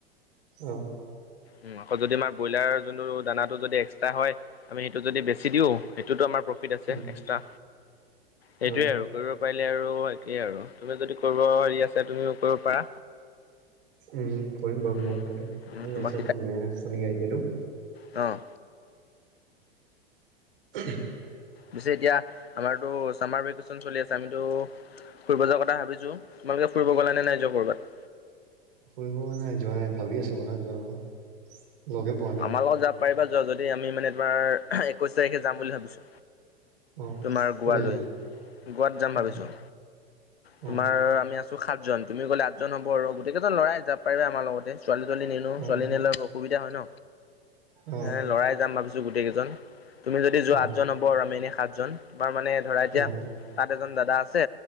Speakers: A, on the right; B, on the left.
A: অ।
B: উম আকৌ যদি আমাৰ ব্ৰইলাৰ যোনটো দানাটো যদি একচ ট্ৰা হয় আমি সেইটো যদি বেছি দিওঁ সেইটো আমাৰ প ফিট আছে
A: উম,
B: এক্সট্ৰা, সেইটো
A: অ,
B: আৰু কৰিব পাৰিলে আৰু সেইটোৱেই আৰু তুমি যদি কৰিব হে আছে তুমিও কৰিব পাৰা।
A: উম কৰিম বাৰু
B: উম,
A: মোৰ তেন্তে ভাল
B: উম, তোমাক
A: লাগিছে শনে আইডিয়াটো।
B: অঁ।
A: উহু।
B: পিছে এতিয়া আমাৰতো চামাৰ ভেকেচন চলি আছে আমিতো ফুৰিব যোৱাৰ কথা ভাবিছোঁ, তোমালোকে ফুৰি গ'লা নে নাই যোৱা ক'বাত?
A: ফুৰিব নাই যোৱা নাই, ভাবি আছো বনা যোৱা কথা লগে পোৱা নাই
B: আমাৰ লগত যাব পাৰিবা যোৱা যদি আমি মানে তোমাৰ আহ একৈশ তাৰিখে যাম বুলি ভাবিছো।
A: অ
B: তোমাৰ গোৱালৈ
A: কলৈ যাবা
B: গোৱাত যাম
A: অ
B: ভাবিছোঁ।
A: অ
B: তোমাৰ আমি আছো সাতজন, তুমি গলে আঠজন হ'ব আৰু গোটেই কেইজন লৰাই যাব পাৰিবা আমাৰ লগতে। ছোৱালী - তোৱালী নিনো,
A: অ
B: ছোৱালী নিলে অলপ অসুবিধা হয় ন,
A: অ
B: এ লৰাই যাম ভাবিছো গোটেই কিজন। তুমি যদি যোৱা
A: উম
B: আঠজন হব, আমি এনে সাতজন তোমাৰ মানে ধৰা এতিয়া
A: অ
B: তাত এজন দাদা আছে